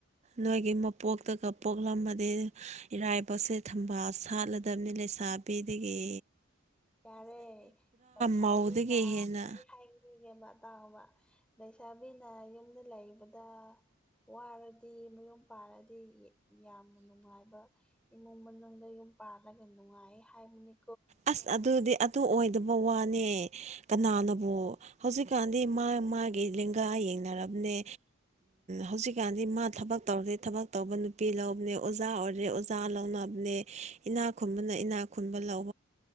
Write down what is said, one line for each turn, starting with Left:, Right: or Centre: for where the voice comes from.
Right: ꯅꯣꯏꯒꯤ ꯃꯄꯣꯛꯇꯒ ꯄꯣꯛꯂꯝꯃꯗꯤ ꯏꯔꯥꯏꯕꯁꯦ ꯊꯝꯕꯥꯜ ꯁꯥꯠꯂꯗꯕꯅꯤ ꯂꯩꯁꯥ ꯍꯥꯄꯦꯗꯒꯤꯗꯒꯤ
Centre: ꯌꯥꯔꯦ ꯂꯩꯩꯁꯥꯕꯤꯅ
Right: ꯃꯧꯗꯒꯤ ꯍꯦꯟꯅ
Centre: ꯑꯃ ꯑ ꯇꯥꯎ ꯑꯃ ꯂꯩꯁꯥꯕꯤꯅ ꯌꯨꯝꯗ ꯂꯩꯕꯗ ꯋꯥꯔꯗꯤ ꯃꯌꯨꯝ ꯄꯥꯜꯂꯗꯤ ꯌꯥꯝꯅ ꯅꯨꯡꯉꯥꯏꯕ ꯏꯃꯨꯡ ꯃꯅꯨꯡꯗ ꯌ ꯄꯥꯜꯂꯒ ꯅꯨꯡꯉꯥꯏ ꯍꯥꯏꯕꯅꯤ
Right: ꯑꯁ ꯑꯗꯨꯗꯤ ꯑꯗꯨ ꯑꯣꯏꯗꯕ ꯋꯥꯅꯦ ꯀꯅꯥꯅꯕꯨ ꯍꯧꯖꯤꯛꯀꯥꯟꯗꯤ ꯃꯥ ꯃꯥꯒꯤ ꯂꯦꯡꯒꯥꯥꯏ ꯌꯦ ꯊꯦꯡꯅꯔꯕꯅꯦ ꯍꯧꯖꯤꯛꯀꯥꯟꯗꯤ ꯃꯥ ꯊꯕꯛ ꯇꯧꯔꯦ ꯊꯕꯛ ꯇꯧꯕ ꯅꯨꯄꯤ ꯂꯧꯕꯅꯦ ꯑꯣꯖꯥ ꯑꯣꯏꯔꯦ ꯑꯣꯖꯥ ꯂꯧꯅꯕꯅꯦ ꯏꯅꯥ ꯈꯨꯟꯕꯅ ꯏꯅꯥ ꯈꯨꯟꯕ ꯂꯧ